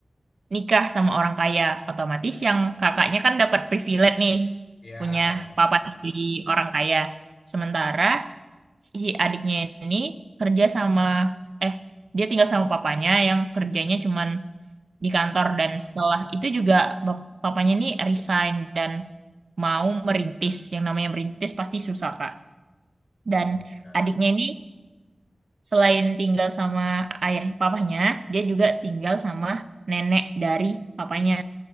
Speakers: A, on the right (about 75°); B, on the left (about 55°).
A: nikah sama orang kaya otomatis yang kakaknya kan dapat privilege nih
B: Ya,
A: punya
B: benar.
A: papa tiri orang kaya sementara si adiknya ini kerja sama eh dia tinggal sama papanya yang kerjanya cuman di kantor dan setelah itu juga bap- papanya ini resign dan mau merintis yang namanya merintis pasti susah Kak dan
B: Oh, jelas.
A: adiknya ini selain tinggal sama ayah papahnya, dia juga tinggal sama nenek dari papanya.